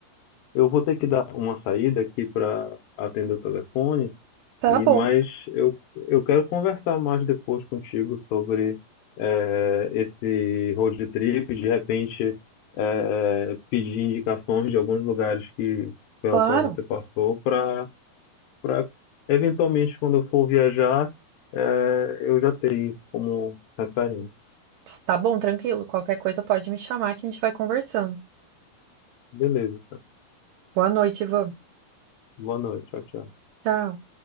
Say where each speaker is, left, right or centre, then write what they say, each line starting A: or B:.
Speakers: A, on the left; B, on the right.
A: eu vou ter que dar uma saída aqui para atender o telefone,
B: Tá
A: e
B: bom,
A: mas eu, eu quero conversar mais depois contigo sobre é, esse road trip, de repente é, é, pedir indicações de alguns lugares que pela
B: claro.
A: qual você passou para para eventualmente quando eu for viajar é, eu já ter isso como referência.
B: Tá bom, tranquilo. Qualquer coisa pode me chamar que a gente vai conversando.
A: Beleza.
B: Boa noite, Ivan.
A: Boa noite. Tchau, tchau.
B: Tchau.